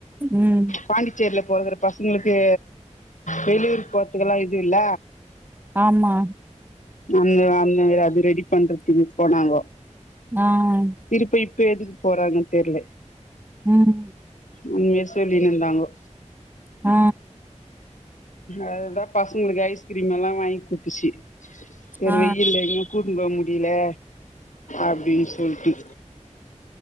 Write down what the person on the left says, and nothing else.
பாண்டிச்சேரில பொறக்குற பசங்ளுக்கு வெளியூர் போர்த்துக்லா இது இல்ல
அந்த அந்த அது ரெடி பண்றத்துக்கு போனாங்கோ
திருப்ப இப்ப எதுக்கு போறாங்கன் தெர்ல
முன்னயே சொல்லின் இருந்தாங்கோ
அதுதா பசங்களுக்கு ஐஸ்கிரீம் எல்லா வாங்கி குடித்துச்சி வேற
வெயில் எங்கேயு கூட்டுன்னு போ முடில அப்டின் சொல்ட்டு